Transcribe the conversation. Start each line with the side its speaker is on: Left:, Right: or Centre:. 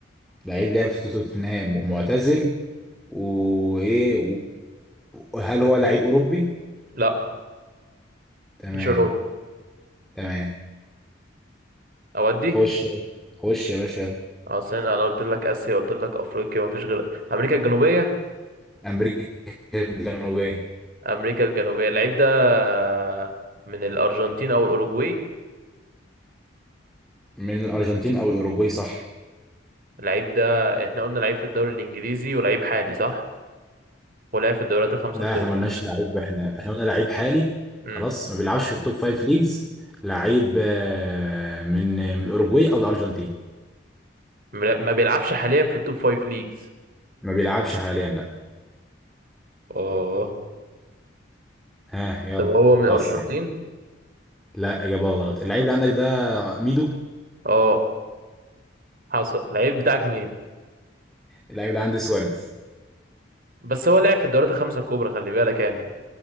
Centre: لعيب لاعب في توتنهام ومعتزل وايه وهل هو لعيب اوروبي
Right: لا
Centre: تمام
Right: جيرارد
Centre: تمام
Right: اودي
Centre: خش يلا. خش يا باشا يلا.
Right: اه استنى انا قلت لك اسيا قلت لك افريقيا ما فيش غير امريكا الجنوبيه
Centre: امريكا الجنوبيه
Right: امريكا الجنوبيه اللعيب ده آه، من الارجنتين او الاوروجواي
Centre: من الارجنتين او الاوروجواي صح
Right: اللعيب ده احنا قلنا لعيب في الدوري الانجليزي ولعيب حالي صح ولعب في الدوريات الخمسه
Centre: لا
Right: الكبرى
Centre: احنا ما قلناش لعيب احنا احنا قلنا لعيب حالي
Right: امم
Centre: خلاص ما بيلعبش في التوب فايف ليجز لعيب آه، من من الاوروجواي او الارجنتين
Right: ما ما بيلعبش حاليا في التوب فايف ليجز
Centre: ما بيلعبش حاليا لا
Right: اه
Centre: ها يلا
Right: طب هو من الارجنتين
Centre: اسرع لا اجابه غلط اللعيب اللي عندك ده ميدو
Right: اه حصل اللعيب بتاعك مين
Centre: اللعيب اللي عندي سواريز
Right: بس هو لعب في الدوريات الخمسه الكبرى خلي بالك يعني